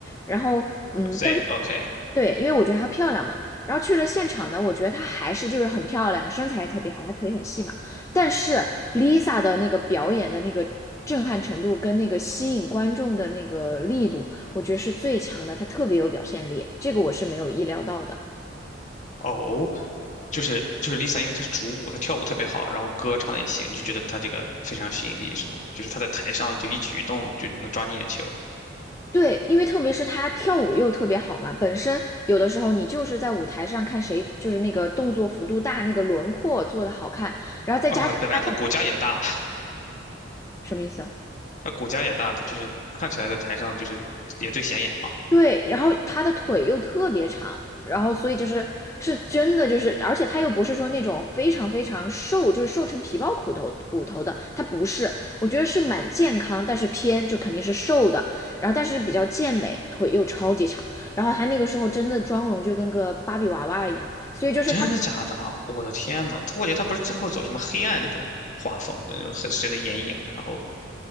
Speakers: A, on the left (about 15°); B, on the left (about 40°).
A: 然后，嗯，
B: z
A: 但是
B: o o k
A: 对，因为我觉得她漂亮嘛，然后去了现场呢，我觉得她还是就是很漂亮，身材也特别好，她腿很细嘛。但是 Lisa 的那个表演的那个震撼程度跟那个吸引观众的那个力度，我觉得是最强的，她特别有表现力，这个我是没有意料到的。
B: 哦，就是就是 Lisa，因为她是主舞，她跳舞特别好，然后歌唱的也行，你就觉得她这个非常有吸引力，是吗？就是她在台上就一举一动就能抓你眼球
A: 对，因为特别是她跳舞又特别好嘛，本身有的时候你就是在舞台上看谁就是那个动作幅度大，那个轮廓做的好看，然后再加上她的
B: 啊、本来她骨架也大，
A: 什么意思啊？
B: 她骨架也大，她就是看起来在台上就是也最显眼嘛。
A: 对，然后她的腿又特别长，然后所以就是是真的就是，而且她又不是说那种非常非常瘦，就是瘦成皮包骨头骨头的，她不是，我觉得是蛮健康，但是偏就肯定是瘦的，然后但是比较健美，腿又超级长，然后她那个时候真的妆容就跟个芭比娃娃一样，所以就是他。
B: 真的假的啊？我的天呐，她我觉得她不是最后走什么黑暗那种画风，那种很深的眼影，然后